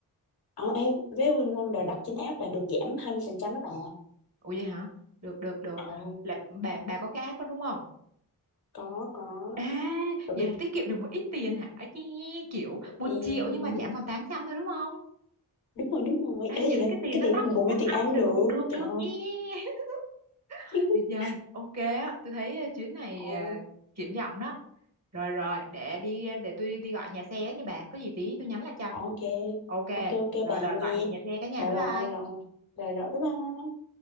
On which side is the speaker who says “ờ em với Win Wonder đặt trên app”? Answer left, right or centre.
Left